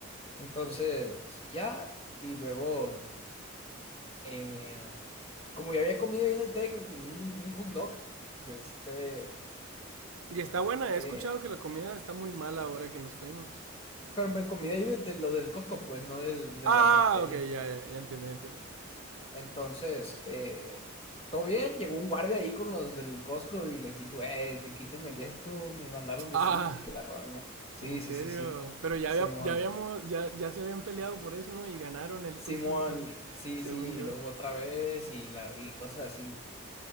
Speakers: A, on the left; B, on the right.
A: Entonces, ya, y luego eh, como ya había comido ahí en el Tec, me comí un, un hot dog de este,
B: Y está buena, he
A: eh,
B: escuchado que la comida está muy mala ahora que nos fuimos.
A: pero me comí de ahí de, de lo del Costco, pues, no del, de
B: Ah,
A: la cafetería.
B: ok, ya, ya, ya entiendo, ya entiendo.
A: Entonces, eh, todo bien, llegó un guardia ahí con los del Costco y les dijo, eh, que quítenme aquí esto, me mandaron decir
B: Ah,
A: y que la roña. Sí,
B: en serio.
A: sí, sí, sí,
B: Pero ya,
A: Simón,
B: había- ya habíamos, ya, ya se habían peleado por eso, ¿no? Y ganaron el
A: Simón,
B: juicio, al-
A: y- sí,
B: según
A: sí,
B: yo.
A: y luego otra vez y, la, y cosas así.